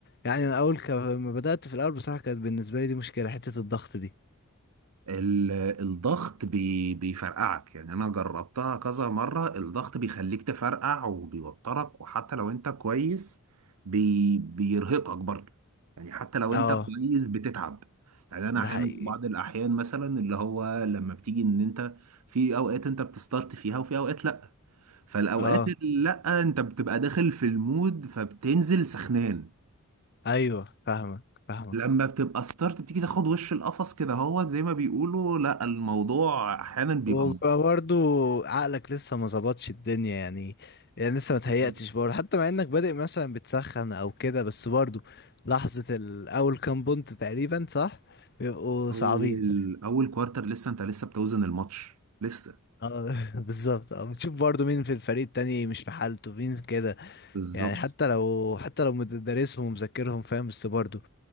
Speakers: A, on the left; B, on the right.
A: يعني انا اول ك- ما بدأت في الاول بصراحة كانت بالنسبة لي دي مشكلة حتة الضغط دي
B: ال- الضغط بي بيفرقعك يعني انا جربتها كذا مرة الضغط بيخليك تفرقع وبيوترك وحتى لو انت كويس بي بيرهقك برضه يعني حتى لو
A: اه
B: انت كويس بتتعب يعني انا
A: ده
B: احيانا
A: حقيقي
B: في بعض الاحيان مثلا اللي هو لما بتيجي ان انت في اوقات انت بتستارت فيها وفي اوقات لا فالاوقات
A: اه
B: اللي لا انت بتبقى داخل في المود فبتنزل سخنان
A: ايوه فاهمك فاهمك
B: لما بتبقى ستارت بتيجي تاخد وش القفص كده هو زي ما بيقولوا لا الموضوع احيانا بيبقى
A: وبيبقى
B: مهم
A: برضو عقلك لسه ما ظبطش الدنيا يعني يعني لسه ما تهيأتش
B: بالظبط
A: برضه حتى مع انك بادئ مثلا بتسخن او كده بس برضو لحظة الاول كام بونت تقريبا صح بيبقوا
B: اول
A: صعبين
B: اول كوارتر لسه انت لسه بتوزن الماتش لسه
A: اه <laughs> بالظبط اه بتشوف برضو مين في الفريق التاني مش في حالته مين كده
B: بالظبط
A: يعني حتى لو حتى لو مدرسهم ومذاكرهم فاهم بس برضو